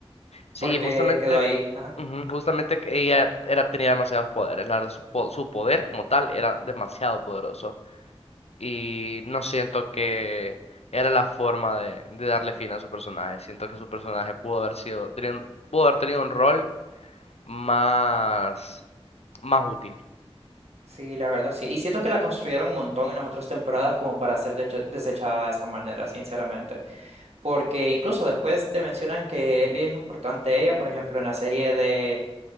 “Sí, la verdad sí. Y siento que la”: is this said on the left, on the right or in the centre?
Right